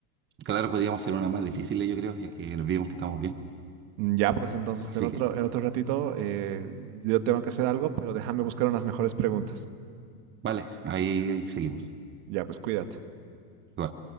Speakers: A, on the right (about 25°); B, on the right (about 55°).
A: Claro, podíamos hacer una más difícil, yo creo, ya que vimos que estamos bien.
B: Mm, Ya, pues entonces
A: Así
B: en otro,
A: que...
B: en otro ratito eh, yo tengo que hacer algo, pero déjame buscar unas mejores preguntas.
A: Vale, ahí, ahí seguimos.
B: Ya, pues cuídate.
A: Igual.